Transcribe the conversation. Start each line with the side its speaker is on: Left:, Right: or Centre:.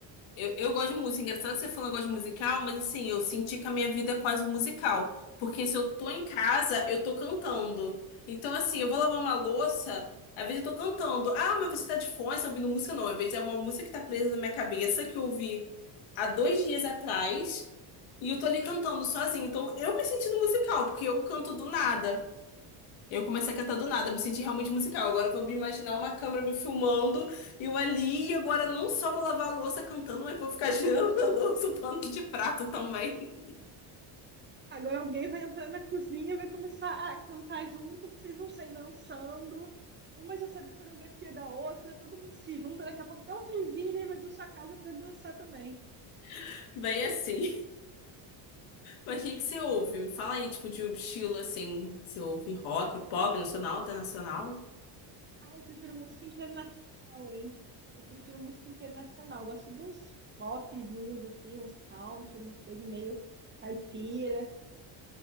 Left: Eu, eu gosto de música. é Engraçado que você falou que gosta de musical, mas assim, eu senti que a minha vida é quase um musical. Porque se eu tô em casa, eu tô cantando. Então, assim, eu vou lavar uma louça, às vezes eu tô cantando. Ah, mas você tá de fone, você tá ouvindo música? Não, às vezes é uma música que tá presa na minha cabeça, que eu ouvi há dois dias atrás, e eu tô ali cantando sozinha. Então, eu me senti no musical, porque eu canto do nada. Eu comecei a cantar do nada, me senti realmente musical. Agora eu vou me imaginar uma câmera me filmando, eu ali, e agora não só vou lavar a louça cantando, mas vou ficar <laughs> girando a louça, o pano de prato também.
Right: Agora alguém vai entrar na cozinha, vai começar a cantar junto, vocês vão sair dançando. Uma já sabe a coreografia da outra, todo mundo se junta, daqui a pouco até o vizinho já invadiu sua casa para dançar também.
Left: <laughs> Bem assim. Mas o que que você ouve? Me fala aí, tipo, de um estilo assim, você ouve rock, pop, nacional, internacional?
Right: Ai, eu prefiro música internacional, hein? Eu prefiro música internacional. Eu gosto de uns popzinhos assim, uns country, uma coisa meio caipira.